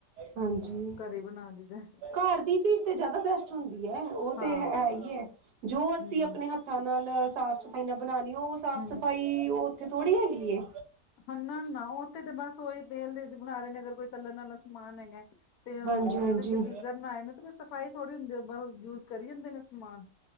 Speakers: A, on the right; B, on the left.
A: ਹਾਂਜੀ
B: ਘਰੇ ਬਣਾ ਲਈਦਾ
A: ਘਰ ਦੀ ਚੀਜ਼ ਤੇ ਜ਼ਿਆਦਾ ਬੈਸਟ ਹੁੰਦੀ ਐ ਉਹ
B: ਹਾਂ
A: ਤੇ ਹੈਈ ਐ ਜੋ ਅਸੀਂ
B: ਹੂੰ,
A: ਆਪਣੇ ਹੱਥਾਂ ਨਾਲ ਸਾਫ਼ ਸੁ ਨਾਲ ਬਣਾਣੀ ਐ ਉਹ ਸਾਫ਼
B: ਹੂੰ।
A: ਸਫ਼ਾਈ ਉਹ ਉੱਥੇ ਥੋੜੀ ਹੈਗੀ ਏ।
B: ਹਨਾ ਨਾ ਓਥੇ ਤਾਂ ਬਸ ਉਹੀ ਤੇਲ ਦੇ ਵਿੱਚ ਬਣਾ ਰਹੇ ਨੇ ਅਗਰ ਕੋਈ ਤਲਣ ਵਾਲਾ ਸਮਾਨ ਹੈਗਾ। ਤੇ ਹੁਣ
A: ਹਾਂਜੀ ਹਾਂਜੀ
B: ਉੱਥੇ ਜੇ ਪੀਜ਼ਾ ਬਣਾਏ ਨੇ ਤੇ ਸਫ਼ਾਈ ਥੋੜ੍ਹੀ ਹੁੰਦੀ ਬ ਯੂਜ ਕਰੀ ਜਾਂਦੇ ਨੇ ਸਮਾਨ।